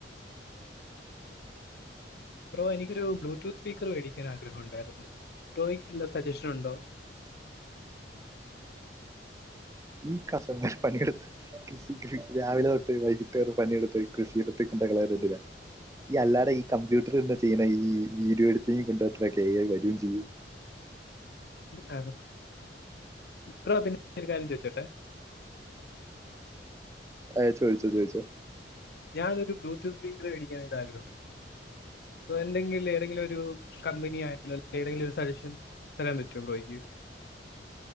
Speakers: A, on the left; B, on the right.
A: ബ്രോഎനിക്കൊരു ബ്ലൂടൂത്ത് സ്പീക്കർ മേടിക്കാൻ ആഗ്രഹം ഉണ്ടായിരുന്നു ബ്രോയ്ക്ക് നല്ല സജഷൻ ഉണ്ടോ
B: ഈ കാശെന്നെ പണിെയെടുത്ത്. കൃഷി രാവിലെ തൊട്ട വൈകിട്ട് വരെ പണിയെടുത്ത് കൃഷി <unintelligible> ഈ അല്ലാടെ ഈ കമ്പ്യൂട്ടർ എന്താ ചെയ്യുന്നേ ഈ വീഡിയോ എഡിറ്റിംഗക്കൊ എ ഐ വരും ചെയ്യും.
A: ആ ബ്രോ പിന്നെ ഒരു കാര്യം ചോയ്ച്ചോട്ടെ?
B: അയ് ചോദിച്ചോ ചോദിച്ചോ.
A: ഞാനൊരു ബ്ലൂടൂത്ത് സ്പീക്കർ വേടിക്കാൻ ഒരാഗ്രഹമാണ്. അ എന്തെങ്കിലും ഏതെങ്കിലും ഒരു കമ്പനി ആയിട്ടുള്ള ഏതെങ്കിലും ഒരു സജഷൻ. തരാൻ പറ്റോ ബ്രോയ്ക്ക്?